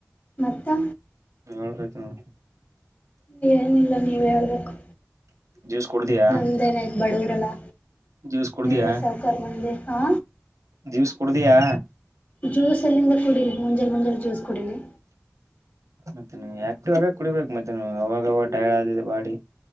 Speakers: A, on the left (about 35°); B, on the right (about 75°).
A: ಮತ್ತು
B: ಹೇಳಬೇಕ ನೀವು.
A: ಏನಿಲ್ಲ ನೀವ ಹೇಲ ಬೇಕು.....
B: ಜ್ಯೂಸ್ ಕುಡ್ದಿಯಾ
A: ನಮ್ದೇನಾಯ್ತು ಬಡವರೆಲ್ಲಾ.
B: ಜ್ಯೂಸ್ ಕುಡ್ದಿಯಾ
A: ನೀವ್ ಏನ್ ಸಾವಕರ ಮಂದಿ ಹಾ.
B: ಜ್ಯೂಸ್ ಕುಡದಿಯಾ.
A: ಜ್ಯೂಸ್ ಎಲ್ಲಿಂದ ಕುಡಿಲಿ ಮುಂಜೆ ಮುಂಜೆ ಜ್ಯೂಸ್ ಕುಡಿಲಿ.
B: ಮತ್ತೆ ನೀ ಆಕ್ಟಿವ್ ಆಗ ಕುಡಿಬೇಕು ಮತ್ತೆ ಅವಾಗವಾಗ ಟೈರ್ಡ್ ಆದೆ ಬಾಡಿ.